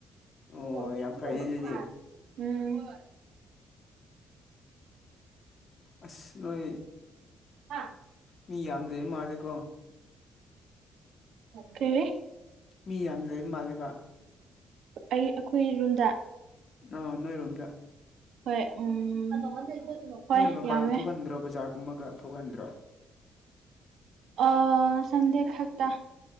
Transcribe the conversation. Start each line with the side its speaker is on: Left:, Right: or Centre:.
Left: ꯑꯣ
Right: <unintelligible>
Left: ꯌꯥꯝ ꯐꯩꯅꯦ ꯑꯗꯨꯗꯤ
Right: ꯎꯝ
Left: ꯑꯁ ꯅꯣꯏ
Right: ꯍꯥ
Left: ꯃꯤ ꯌꯥꯝꯗꯦꯝ ꯃꯥꯜꯂꯦꯀꯣ
Right: ꯀꯦ
Left: ꯃꯤ ꯌꯥꯝ ꯂꯩ ꯃꯥꯜꯂꯦꯕ
Right: ꯑꯩ ꯑꯩꯈꯣꯏ ꯔꯨꯝꯗ
Left: ꯑꯣ ꯅꯣꯏꯔꯣꯝꯗ
Right: ꯍꯣꯏ ꯎꯝ ꯍꯣꯏ
Left: ꯅꯣꯏ ꯃꯄꯥꯟꯒ
Right: ꯌꯥꯝꯃꯦ
Left: ꯊꯣꯛꯍꯟꯗ꯭ꯔꯣ ꯕꯖꯥꯔꯒꯨꯝꯕꯒ ꯊꯣꯛꯍꯟꯗ꯭ꯔꯣ
Right: ꯑꯥ ꯁꯟꯗꯦ ꯈꯛꯇꯥ